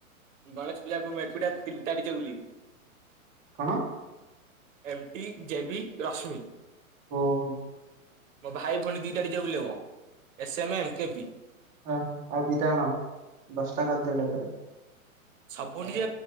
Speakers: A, on the right; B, on the right.
A: ଗଣେଶ ପୂଜାକୁ ମୁଁ ଏକୁଟିଆ ତିନିଟା ଡିଯେ ବୁଲି
B: କଣ?
A: ଏମ୍ ଟି ଜେ ବି ରଶ୍ମି
B: ଓହୋ।
A: ମୋ ଭାଇ ଭଉଣୀ ଦିଟା ଡି ଜେ ବୁଲିବ S M A M K P
B: ହଁ ଆଉ ଦିଟା ଆଣ ଦଶଟା କରିଦିଅ ଏକାଥରେ
A: ସବୁ ଟିକେ